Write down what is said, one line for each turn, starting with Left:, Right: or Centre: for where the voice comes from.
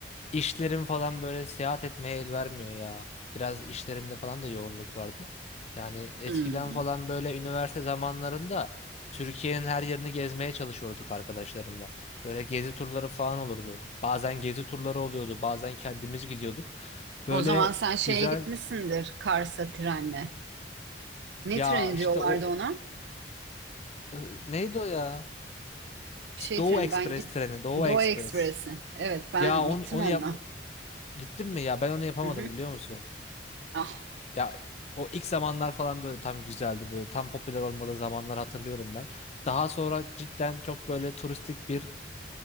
Left: işlerim falan böyle seyahat etmeye el vermiyor ya. Biraz işlerimde falan da yoğunluk vardı. Yani eskiden
Right: Hmm.
Left: falan böyle üniversite zamanlarında Türkiye'nin her yerini gezmeye çalışıyorduk arkadaşlarımla. Böyle gezi turları falan olurdu. Bazen gezi turları oluyordu, bazen kendimiz gidiyorduk. Böyle
Right: O zaman sen şeye
Left: güzel
Right: gitmişsindir Kars'a trenle. Ne
Left: ya
Right: treni
Left: işte
Right: diyorlardı
Left: o
Right: ona?
Left: e, neydi o ya?
Right: Bir şey
Left: Doğu
Right: treni.
Left: Ekspres
Right: Ben git
Left: treni, Doğu
Right: Doğu
Left: Ekspres.
Right: Ekspresi. Evet, ben
Left: Ya onu,
Right: gittim
Left: onu
Right: onunla.
Left: yap Gittin mi ya? Ben onu yapamadım
Right: Hı hı.
Left: biliyor musun?
Right: Ah.
Left: Ya o ilk zamanlar falan böyle tam güzeldi böyle tam popüler olmadığı zamanlar hatırlıyorum ben. Daha sonra cidden çok böyle turistik bir